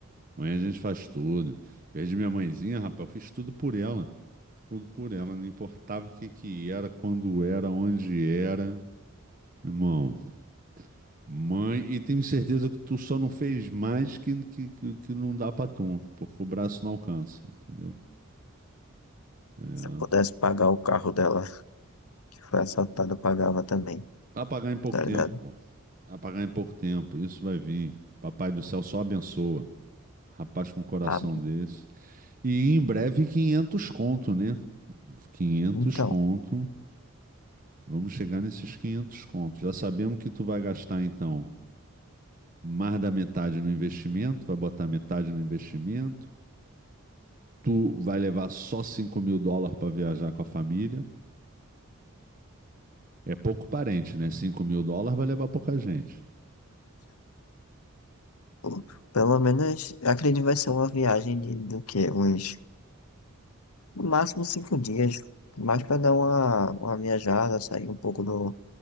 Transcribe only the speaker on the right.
Mãe a gente faz tudo. Perdi minha mãezinha, rapaz, eu fiz tudo por ela, tudo por ela, não importava o que que era, quando era, onde era. Irmão, Mãe, e tenho certeza que tu só não fez mais que, que, que, que não dá pra tu, porque o braço não alcança, entendeu? É.
Vai pagar em pouco
tempo,
pô. Vai pagar em pouco tempo, isso vai vir. Papai do céu só abençoa. Rapaz com um coração
desse. E em breve 500 conto, né? 500
conto. Vamos chegar nesses 500 conto. Já sabemos que tu vai gastar, então, mais da metade no investimento, vai botar metade no investimento. Tu vai levar só 5 mil dólares para viajar com a família. É pouco parente, né? cinco mil dólares vai levar pouca gente.